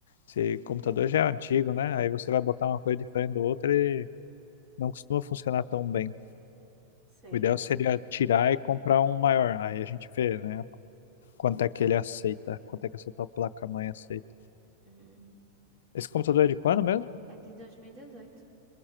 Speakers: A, on the left; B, on the right.
A: Esse
B: Hum,
A: computador já é antigo, né? Aí você vai botar uma coisa diferente do outro e não costuma funcionar tão bem.
B: sei.
A: O ideal seria tirar e comprar um maior. Aí a gente vê, né? Quanto é que ele aceita, quanto é que essa tua placa-mãe aceita.
B: Hum,
A: Esse computador é de quando mesmo?
B: é de 2018.